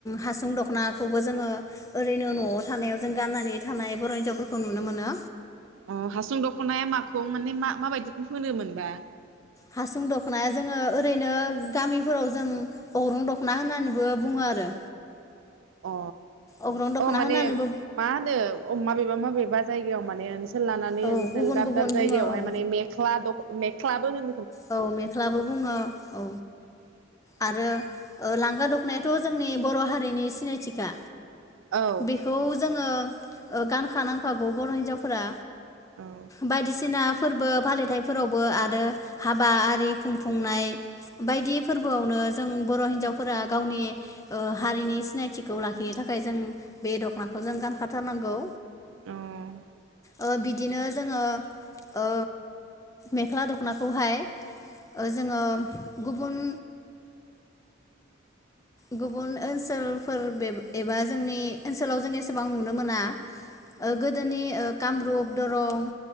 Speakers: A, on the left; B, on the right.
A: हासुं दखनाखौबो जोङो ओरैनो नआव थानायाव जों गाननानै थानाय बर' हिन्जावफोरखौ नुनो मोनो।
B: अ हासुं दख'नाया माखौ माने मा माबायदिखौ होनोमोनबा?
A: हासुं दखनाया जोङो ओरैनो गामिफोराव जों अग्रं दख'ना होननानैबो बुङो आरो
B: अ
A: अग्रं दख'ना
B: अ माने
A: होननानैबो
B: मा होनो अ माबेबा माबेबा जायगायाव माने ओनसोल लानानै
A: औ
B: ओनसोल
A: गुबुन
B: दाब
A: गुबुन
B: दाब जायगायावहाय
A: बुङो औ
B: माने मेख्ला दख मेख ख्लाबो हो
A: औ मेख्ला बुङो औ आरो लांगा दख'नायाथ जोंनि बर' हारिनि सिनायथिखा।
B: औ
A: बेखौ जोङो ओ गानखानांखागौ बर' हिन्जावफोरा
B: औ
A: बायदिसिना फोरबो फालिथायफोरावबो आरो हाबा आरि खुंफुंनाय बायदि फोरबोआवनो जों बर' हिनजावफोरा गावनि ओ हारिनि सिनायथिखौ लाखिनो थाखाय जों बे दख'नाखौ जों गानखाथारनांगौ।
B: औ
A: ओ बिदिनो जोङो ओ मेख्ला दख'ना खौहाय ओ जोङो गुबुन गुबुन ओनसोलफोर बे एबा जोंनि ओनसोलाव जों एसेबां नुनो मोना ओ गोदोनि ओ कामरुप दरं